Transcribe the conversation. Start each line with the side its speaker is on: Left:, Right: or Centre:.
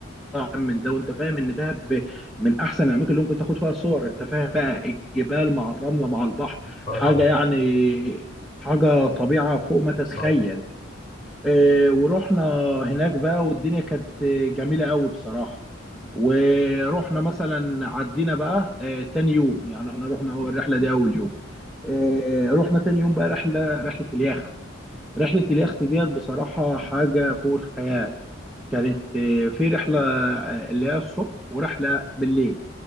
Centre: من ده وانت فاهم ان دهب من احسن الاماكن اللي ممكن تاخد فيها صور انت فاهم بقى الجبال مع الرمله مع البحر
Left: اه
Centre: حاجه
Left: طبعا
Centre: يعني حاجه طبيعه فوق ما تتخيل
Left: صح
Centre: آه، ورحنا هناك بقى والدنيا كانت آه، جميلة قوي بصراحة ورحنا مثلا عدينا بقى آه، تاني يوم يعني احنا رحنا هو الرحلة دي أول يوم آه، رحنا تاني يوم بقى رحلة رحلة اليخت رحلة اليخت ديت بصراحة حاجة فوق الخيال كانت آه، في رحلة آه، اللي هي الصبح ورحلة بالليل